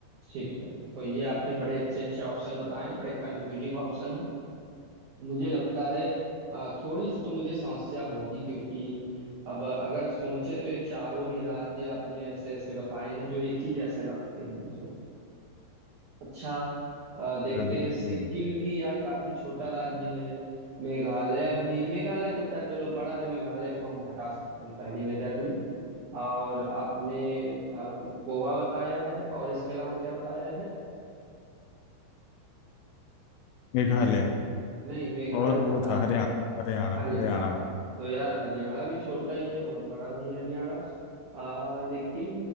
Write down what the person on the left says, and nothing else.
तो बिल्कुल,
मेघालय
और
वो
था
हरियाणा हरियाणा
हरियाणा